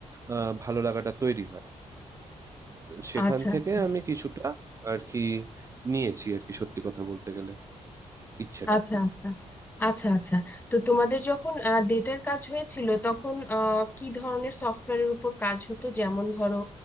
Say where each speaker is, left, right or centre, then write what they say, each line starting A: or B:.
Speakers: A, on the right; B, on the left.
A: আহ, ভালো লাগাটা তৈরি হয় সেখান
B: আচ্ছা
A: থেকে
B: আচ্ছা
A: আমি কিছুটা আর কি নিয়েছি আর কি সত্যি কথা বলতে গেলে ইচ্ছেটা
B: আচ্ছা আচ্ছা আচ্ছা আচ্ছা তো তোমাদের যখন ডেটার কাজ হয়েছিল তখন আহ, কি ধরনের সফটওয়্যারের উপর কাজ হতো যেমন ধরো